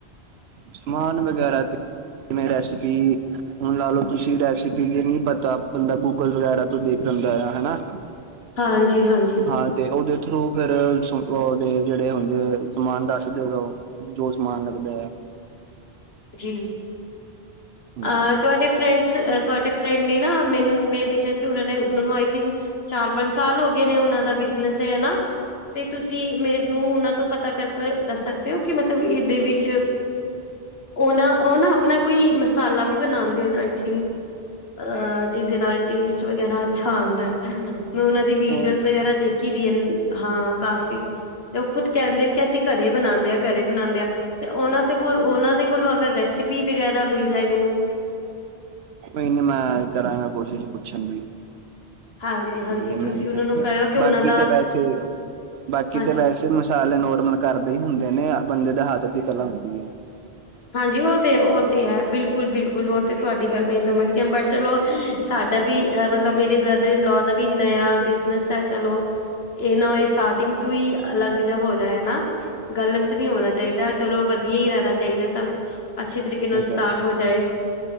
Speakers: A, on the right; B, on the left.
A: ਸਮਾਨ ਵਗੈਰਾਂ, ਕ ਜੇਵੇ ਰੈਸਪੀ ਹੁਣ ਲਾ ਲਾ ਲੋ ਤੁਸੀਂ ਰੈਸਪੀ ਜੇ ਨੀ ਪਤਾ ਬੰਦਾ ਗੂਗਲ ਵਗੈਰਾ ਤੋਂ ਦੇਖ ਲੈਂਦਾ ਆ ਹਨਾ
B: ਹਾਂਜੀ-ਹਾਂਜੀ
A: ਹਾਂ ਤੇ ਔਦੇ ਥਰੂ ਫੇਰ ਸ ਅ ਦੇ ਜੇੜੇ ਹੁੰਦੇ ਸਮਾਨ ਦੱਸ ਦੇਗਾ ਔਹ ਜੋ ਸਮਾਨ ਲੱਗਦੈ
B: ਜੀ
A: ਹਾਂਜੀ।
B: ਅ ਤੁਆਡੇ ਫਰੈਂਡਸ, ਤੁਆਡੇ ਫਰੈਂਡ ਨੇ ਨਾ ਮੈਨੂੰ ਮੈਂ ਦੇ ਕਿਸੀ ਉਹਨਾਂ ਨੇ, ਉਹਨਾਂ ਨੂੰ ਆਈ ਥਿੰਕ ਚਾਰ ਪੰਜ ਸਾਲ ਹੋ ਗੇ ਨੇ ਔਨਾਂ ਦਾ ਬਿਜ਼ਨਸ ਏ ਹਨਾ। ਤੇ ਤੁਸੀਂ ਮੈਨੂੰ ਉਨਾ ਤੋਂ ਪਤਾ ਕਰਕੇ ਦੱਸ ਸਕਦੇ ਹੋ ਕਿ ਮਤਲਬ ਇਦੇ ਵਿੱਚ ਔ ਨਾ ਔ ਨਾ ਅਪਨਾ ਕੋਈ ਮਸਾਲਾ ਵੀ ਬਨਾਦੇ ਨੇ ਆਈ ਥਿੰਕ ਅ ਜਿਦੇ ਨਾਲ ਟੇਸਟ ਵਗੈਰਾ ਅੱਛਾ ਆਂਦਾ ਹੈ। ਮੈਂ ਔਨਾ ਦੀ ਵੀਡੀਔਜ਼
A: ਹੋਰ
B: ਵਗੈਰਾ ਦੇਖ ਸਿਰਿਅਲ ਹਾਂ ਕਾਫੀ <unintelligible> ਤੇ ਔਹ ਖੁਦ ਕੈਂਦੇ ਕਿ ਅਸੀਂ ਘਰੇ ਬਨਾਂਦੇ ਆਂ, ਘਰੇ ਬਨਾਂਦੇ ਆ ਤੇ ਔਨਾਂ ਦੇ ਕੋਲ ਔਨਾਂ ਦੇ ਹੁਨ ਅਗਰ ਰੈਸਪੀ ਵੇਗੈਰਾ ਮਿਲ ਜਾਏ ਮੈਨੂੰ
A: ਕੋਈ ਨਾ ਮੈਂ ਕਰਾਂਗਾ ਕੋਸ਼ਿਸ਼ ਪੁੱਛਣ ਦੀ।
B: ਹਾਂਜੀ-ਹਾਂਜੀ
A: ਜੇ
B: ਤੁਸੀਂ
A: ਮਿਲ ਸਕਦਾ,
B: ਉਹਨਾਂ ਨੂੰ ਕਹਿਓ ਕਿ
A: ਬਾਕੀ
B: ਉਹਨਾਂ ਦਾ
A: ਤੇ ਵੈਸੇ -ਬਾਕੀ
B: ਹਾਂਜੀ
A: ਤੇ ਵੈਸੇ ਮੁਸ਼ ਥੈਲੇ ਨੋਰਮਲ ਘਾਰਦੇ ਈ ਹੁੰਦੇ ਨੇ, ਬੰਦੇ ਦੇ ਹੱਥ ਦੁਖਣ ਲਾਉਂਦੀ ਏ
B: ਹਾਂਜੀ, ਔਹ ਤੇ ਔ ਤੇ ਹੈ ਬਿਲਕੁਲ- ਬਿਲਕੁਲ ਔ ਤੇ ਤੁਆਡੀ ਗੱਲ ਮੈ ਸਮਝ ਗਿਆ, ਬਟ ਚਲੋ ਹਹਹਹ ਸਾਡਾ ਵੀ ਐ ਮਤਲਬ ਮੇਰੇ ਬ੍ਰਦਰ ਇਨਲੋ ਦਾ ਵੀ ਨਯਾ ਬਿਜ਼ਨਸ ਹੈ ਚਲੋ ਏਨਾ ਹੋਏ ਸਟਾਰਟਿੰਗ ਤੋਂਈਂ ਅਲੱਗ ਜਾ ਹੋ ਜੇ ਹਨਾ। ਗ਼ਲਤ ਨਹੀਂ ਹੋਣਾ ਚਾਈਦਾ। ਚਲੋ ਵਧੀਆ ਈ ਰੈਨਾ ਚਾਈਦਾ ਸਭ ਅੱਛੇ ਤਰੀਕੇ ਨਾਲ
A: ਉਹ ਤੇ
B: ਸਟਾਰਟ
A: ਹੈ
B: ਹੋ ਜਾਏ।